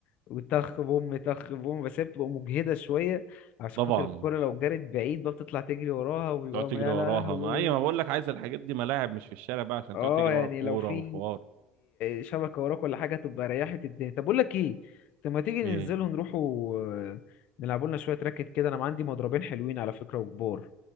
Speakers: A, on the left; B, on the right.
A: وتخ بوم تخ بوم بس هي بتبقى مجهدة شوية عشان
B: طبعا
A: خاطر الكرة لو جرت بعيد بقى بتطلع تجري وراها وبيبقى
B: تقعد تجري
A: يا
B: وراها
A: لهوي
B: ما ايوه ما بقول لك عايز الحاجات دي ملاعب مش في الشارع بقى عشان
A: اه
B: تقعد تجري
A: يعني
B: ورا الكورة
A: لو في
B: وحوار
A: شبكة وراك ولا حاجة تبقى ريحت الدنيا طب بقول لك ايه طب ما تيجي
B: ايه
A: ننزلوا نروحوا آه، نلعبوا لنا شوية راكت كده انا ما عندي مضربين حلوين على فكرة وكبار